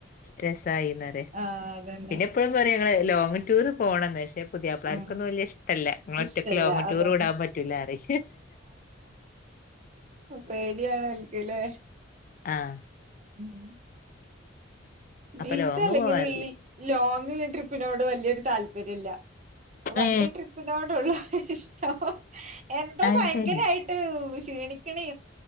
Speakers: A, on the left; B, on the right.
A: രസായിന്ന്
B: ആഹ് അതന്നെ
A: പിന്നെ എപ്പഴും പറയാ ങ്ങള് ലോങ്ങ് ടൂർ പോണന്ന് പക്ഷെ പുതിയപ്പള്ളേർക്കൊന്നും
B: ഉം
A: വലിയ ഇഷ്ട അത്തല്ല ഇങ്ങളോറ്റക്ക്
B: ഇഷ്ടല്ല
A: ലോങ്ങ്‌
B: അതന്നെ
A: ടൂർ ഇടാൻ പറ്റൂലറി
B: പേടിയണ നൽക്കലേ
A: ആഹ്
B: ഉം ഉം
A: അപ്പൊ
B: ഇനിക്കല്ലെങ്കിലും
A: ലോങ് പോവാറില്ല
B: ഈ ലോങ് ട്രിപ്പിനോട് വലിയൊരു താല്പര്യല്ല വണ്ടെ
A: ഏ
B: ട്രിപ്പിനോടുള്ളൂ ഇഷ്ട്ടം എന്തോ
A: അത്
B: ഭയങ്കരയിട്ട
A: ശരി
B: റ്റ് ക്ഷീണിക്കണേ